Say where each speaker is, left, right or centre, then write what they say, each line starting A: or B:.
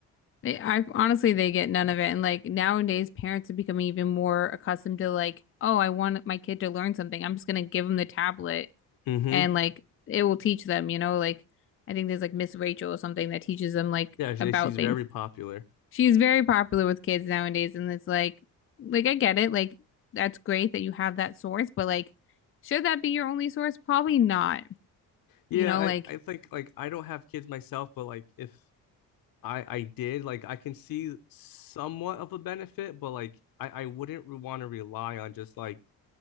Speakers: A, on the left; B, on the left.
A: They, I honestly, they get none of it. And like nowadays, parents are becoming even more accustomed to like, oh, I want my kid to learn something. I'm just gonna give them the tablet
B: mm-hmm.
A: and like it will teach them, you know, like I think there's like Miss Rachel or something that teaches them like
B: yeah she,
A: about
B: she's
A: things.
B: very popular
A: She's very popular with kids nowadays, and it's like, like I get it, like that's great that you have that source, but like, should that be your only source? Probably not,
B: yeah
A: you know, like
B: I, I think like i don't have kids myself but like if I I did like I can see somewhat of a benefit, but like I I wouldn't re- want to rely on just like